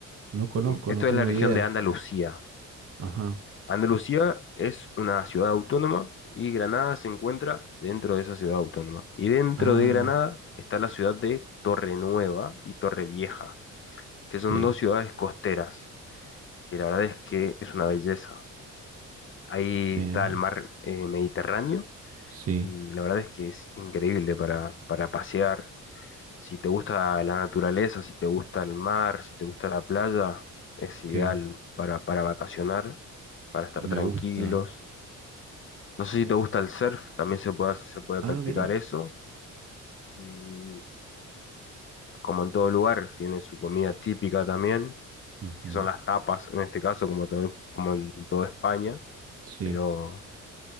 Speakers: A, on the right; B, on the left.
A: No conozco,
B: Sí. Esto
A: no tengo
B: es la región
A: idea.
B: de Andalucía.
A: Ajá.
B: Andalucía es una ciudad autónoma y Granada se encuentra dentro de esa ciudad autónoma. Y dentro
A: Ah,
B: de Granada está la ciudad de Torrenueva y Torrevieja, que son
A: ok.
B: dos ciudades costeras, que la verdad es que es una belleza. Ahí
A: Me,
B: está el mar eh, Mediterráneo
A: sí,
B: y la verdad es que es increíble para, para pasear Si te gusta la naturaleza, si te gusta el mar, si te gusta la playa, es
A: ok.
B: ideal para, para vacacionar, para estar
A: Me
B: tranquilos.
A: gusta.
B: No sé si
A: Es-
B: te gusta el surf, también se puede, hacer- se puede
A: Ah,
B: practicar
A: mira.
B: eso. Y como en todo lugar, tiene su comida típica también,
A: Ujú,
B: que son las tapas en este caso, como, también- como en toda España.
A: Sí.
B: Pero